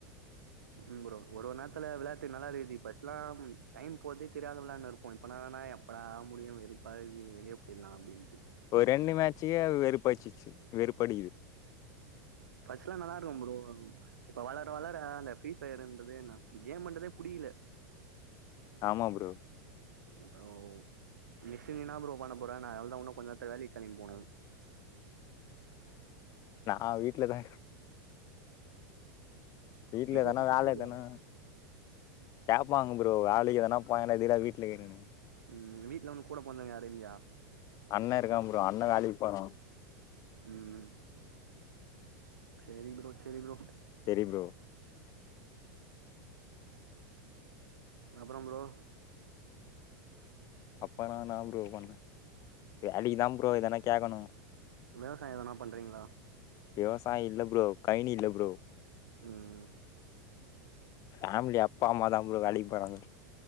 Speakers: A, on the right (about 75°); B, on the left (about 40°).
A: ம் ப்ரோ ஒரு ஒரு நேரத்துல விளாட்டு நல்லாதி ஃபர்ஸ்ட்லா டைம் போதே தெரியாத விளான்னு இருப்போ இப்ப எப்படா முடியு வெறுப்பா இக்து வெளியே போயிட்லா அப்டின்ட்டு
B: ஒரு ரெண்டு மேட்சுக்கே வெறுப்பாச்சுச்சு வெறுப்படிகுது
A: ஃபஸ்லா நல்லா இருக்கு ப்ரோ இப்ப வளர வளர இந்த பீக் பிரிபயரன்றதே நா கேமுன்றதே புடிக்கல
B: ஆமா ப்ரோ
A: இப்ப ஓ நிஷ்டு நீ என்ன ப்ரோ பண்ண போற நான் அவ்ளோதா இன்னு கொஞ்ச நேரத்துல வேலைக்கு கிளம்பி போனும்
B: ஆ வீட்டல தா வீட்ல எதனா
A: எது
B: வேல
A: திட்ற இல்லையா
B: எதனா டேப் ஆமாங்க ப்ரோ வேலைக்கு எதனா போய்லா இருந்தா வீட்டேலயே இருக்கிற
A: ம் வீட்ல உனக்கூட பொறந்தவங்க யாரு இல்லையா
B: அண்ண இருக்கா ப்ரோ அண்ண வேலைக்கு போறா
A: ம் ம் செரி ப்ரோ செரி ப்ரோ
B: தெரி ப்ரோ
A: அப்புறோ ப்ரோ
B: அப்பனா நா ப்ரோ பண்ணே வேலைக்குதா ப்ரோ எதனா கேக்கணு
A: விவசாய எதனா பண்றீங்களா
B: விவசாயில்ல ப்ரோ கைனி இல்ல ப்ரோ
A: ம்
B: ஃபேமிலி அப்பாம்மாதா ப்ரோ வேலைக்கு போறாங்க